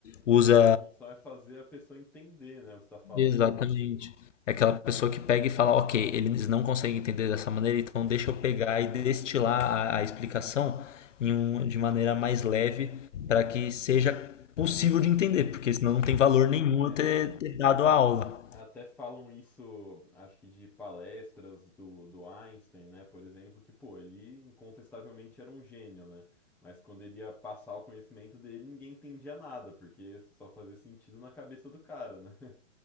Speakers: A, on the left; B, in the centre.
A: usa.
B: a sua função é fazer a pessoa entender, né, o que você está falando.
A: Exatamente. É aquela pessoa que pega e fala, ok, eles não conseguem entender dessa maneira, então deixa eu pegar e destilar a, a explicação em um- de maneira mais leve para que seja possível de entender, porque senão não tem valor nenhum
B: É,
A: eu ter,
B: a-
A: ter dado a aula.
B: Até falam isso, acho que de palestras do, do Einstein, né, por exemplo, que, pô, ele incontestavelmente era um gênio, né? Mas quando ele ia passar o conhecimento dele, ninguém entendia nada, porque só fazia sentido na cabeça do cara, né? <laughs>